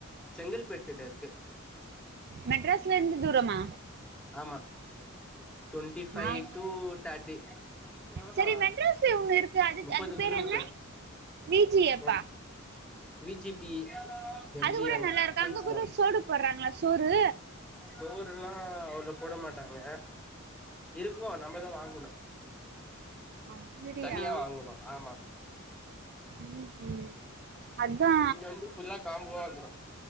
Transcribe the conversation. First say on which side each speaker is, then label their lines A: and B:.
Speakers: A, in the centre; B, on the right (about 50°).
A: செங்கல்பேட்டுட்ட இருக்கு
B: மெட்ராஸ்ல இருந்து தூரமா
A: ஆமா ட்வெண்டி ஃபை
B: நான்
A: டூ தேர்ட்டி ஆஹா
B: சரி மெட்ராஸ்ல ஒண்ணு இருக்கு அது
A: முப்பது
B: அது பேர்
A: கிலோமீட்டர்
B: என்ன விஜிஎப்பா
A: மென் வீ ஜி பி எம்
B: அது
A: ஜி
B: கூட
A: எம்
B: நல்லா இருக்கு
A: குயின்ஸ்லேண்ட்
B: அங்க கூட சோடு போடுறாங்களா சோறு
A: சோறுலா அவ்ளோ போட மாட்டாங்க இருக்கு நம் மதா வாங்கனு
B: அப்படியா
A: தனியா வாங்கணு ஆமா
B: உம் உம் அதா
A: இங்க வந்து ஃபுல்லா காம்போவா வந்துரு